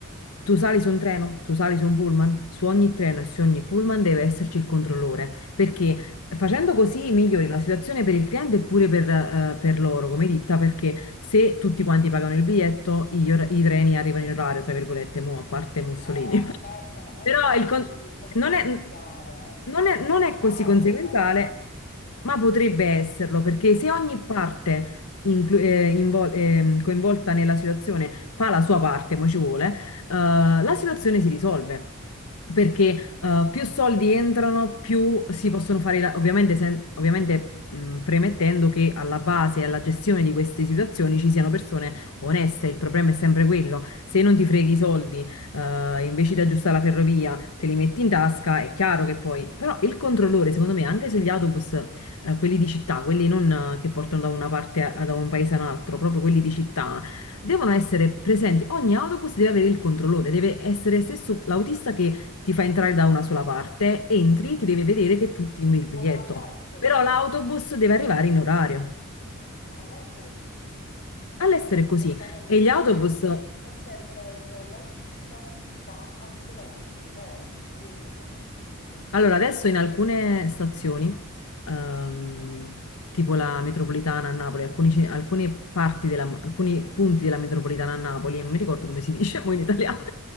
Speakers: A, on the left; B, on the left.
A: Tu sali su un treno, tu sali su un pullman, su ogni treno e su ogni pullman deve esserci il controllore, perché facendo così migliori la situazione per il cliente e pure per, eh, per loro come ditta, perché se tutti quanti pagano il biglietto, gli or- i treni arrivano in orario, tra virgolette, mo, a parte Mussolini.
B: Eh, aspetta,
A: <laughs>
B: non è
A: Però
B: così
A: il con-
B: conseguenziale,
A: non è,
B: eh, purtroppo,
A: non è- non
B: magari
A: è così conseguenziale,
B: lo fosse.
A: ma potrebbe esserlo, perché se ogni parte inclu- eh, invol- ehm, coinvolta nella situazione fa la sua parte, mo ci vuole, eh, la situazione si risolve. Perché eh, più soldi entrano, più si possono fare, la- ovviamente, sen- ovviamente mh, premettendo che alla base e alla gestione di queste situazioni ci siano persone oneste, il problema è sempre quello. Se non ti freghi i soldi eh, invece di aggiustare la ferrovia, te li metti in tasca, è chiaro che poi... Però il controllore, secondo me, anche sugli autobus, eh, quelli di città, quelli non eh, che portano da una parte, a- da un paese a un altro, proprio quelli di città, devono essere presenti. Ogni autobus deve avere il controllore, deve essere stesso l'autista che ti fa entrare da una sola parte, entri, ti deve vedere che tu timbri il biglietto.
B: Come all'estero.
A: Però l'autobus deve arrivare in orario.
B: All'estero è così,
A: All'estero
B: che tu
A: è così.
B: direttamente
A: E gli
B: sali
A: autobus.
B: e c'è il- il- l'autista che fa anche da controllore, due in uno praticamente.
A: Allora, adesso in alcune stazioni, ehm, tipo la metropolitana a Napoli, alcuni, ce- alcune parti della, alcuni punti della metropolitana a Napoli, non mi ricordo come si <laughs> dice mo in italiano,